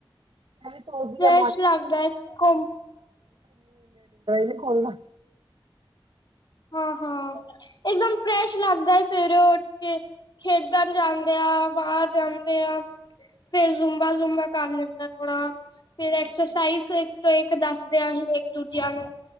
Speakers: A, on the right; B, on the left.
A: ਮੈਂ ਵੀ ਸੋਚਦੀ
B: ਫਰੈਸ਼
A: ਆ
B: ਲੱਗਦਾ ਹੈ ਘੁੰਮ
A: <unintelligible> ਖੋਲਣਾ।
B: ਹਾਂ ਹਾਂ, ਇਕਦਮ ਫਰੈਸ਼ ਲੱਗਦਾ ਸਵੇਰੇ ਉੱਠ ਕੇ। ਖੇਡਣ ਜਾਂਦੇ ਆ ਬਾਹਰ ਜਾਂਦੇ ਆ। ਫੇਰ ਜ਼ੁੰਬਾ ਜ਼ੂੰਬਾ ਕਰ ਲੈਂਦਾ ਥੋੜਾ। ਫਿਰ ਐਕਸਰਸਾਈਜ਼ ਇੱਕ ਤੋਂ ਇੱਕ ਦੱਸਦਿਆਂ ਅਸੀਂ ਇੱਕ ਦੂਜਿਆਂ ਨੂੰ